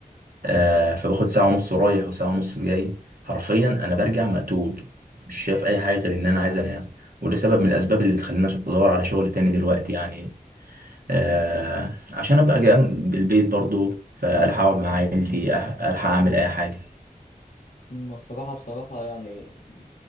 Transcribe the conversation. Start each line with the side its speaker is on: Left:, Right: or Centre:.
Right: آه فباخد ساعه ونص رايح وساعه ونص جاي حرفيا انا برجع مقتول مش شايف اي حاجه غير ان انا عايز انام وده سبب من الاسباب اللي بتخليني ادور على شغل تاني دلوقتي يعني آه عشان ابقى جنب البيت برضو فالحق اقعد مع عيلتي أح- الحق اعمل اي حاجه
Left: أما الصراحة بصراحة يعني